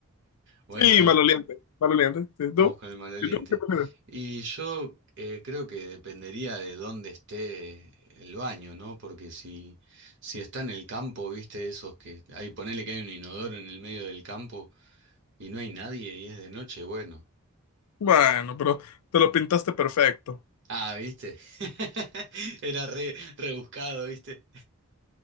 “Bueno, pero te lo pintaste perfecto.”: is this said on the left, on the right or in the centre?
Left